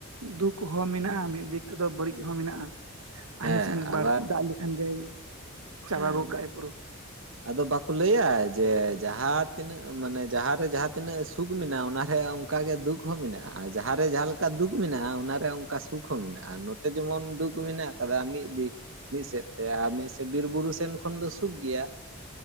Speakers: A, on the right; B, on the right.
A: ᱫᱩᱠ ᱦᱚᱸ ᱢᱮᱱᱟᱜᱼᱟ ᱢᱤᱫ ᱫᱤᱠ ᱛᱮᱫᱚ ᱵᱟᱹᱲᱤᱡ ᱦᱚᱸ ᱢᱮᱱᱟᱜᱼᱟ
B: ᱦᱮᱸ
A: ᱟᱞᱮ ᱥᱮᱱ ᱵᱟᱹᱲᱛᱤ
B: ᱟᱵᱟᱨ
A: ᱫᱟᱜ ᱞᱮᱠᱷᱟᱱ ᱜᱮᱭ ᱪᱟᱵᱟ
B: ᱦᱮᱸ
A: ᱜᱚᱜ ᱠᱟᱜᱼᱟᱭ ᱯᱩᱨᱟᱹ
B: ᱟᱫᱚ ᱵᱟᱠᱚ ᱞᱟᱹᱭᱟ ᱡᱮ ᱡᱟᱦᱟᱸ ᱛᱤᱱᱟᱹᱜ ᱢᱟᱱᱮ ᱡᱟᱦᱟᱸ ᱨᱮ ᱡᱟᱦᱟᱸ ᱛᱤᱱᱟᱹᱜ ᱥᱩᱠ ᱢᱮᱱᱟᱜᱼᱟ ᱚᱱᱟᱨᱮ ᱚᱱᱠᱟ ᱜᱮ ᱫᱩᱠ ᱦᱚᱸ ᱢᱮᱱᱟᱜᱼᱟ ᱡᱟᱦᱟᱸ ᱨᱮ ᱡᱟᱦᱟᱸ ᱞᱮᱠᱟ ᱫᱩᱠ ᱢᱮᱱᱟᱜᱼᱟ ᱚᱱᱟ ᱨᱮ ᱚᱱᱠᱟ ᱥᱩᱠ ᱦᱚᱸ ᱢᱮᱱᱟᱜᱼᱟ ᱛᱮ ᱡᱮᱢᱚᱱ ᱫᱩᱠ ᱢᱮᱱᱟᱜ ᱟᱠᱟᱫᱟ ᱢᱤᱫ ᱫᱤᱠ ᱢᱤᱫ ᱥᱮᱫ ᱛᱮ ᱟᱨ ᱢᱤᱫ ᱥᱮᱫ ᱵᱤᱨ ᱵᱩᱨᱩ ᱥᱮᱱ ᱠᱷᱚᱱ ᱫᱚ ᱥᱩᱠ ᱜᱮᱭᱟ